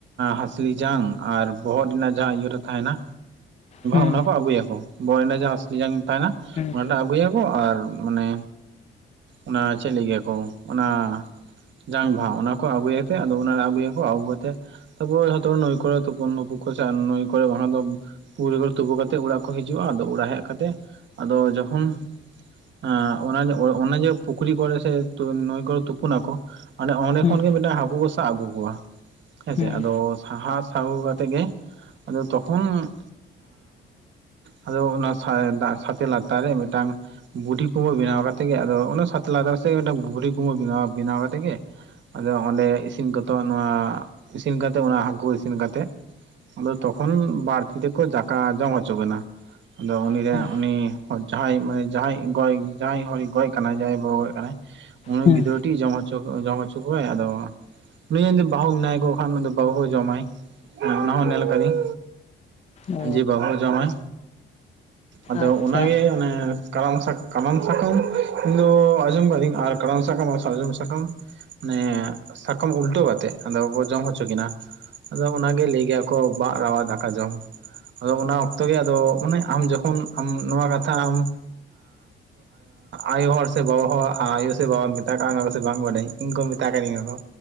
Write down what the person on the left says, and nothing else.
ᱦᱩᱸ
ᱦᱩᱸ
ᱦᱩᱸ
ᱦᱩᱸ
ᱦᱩᱸ
ᱦᱩᱸ
ᱚ
ᱟᱪᱪᱷᱟ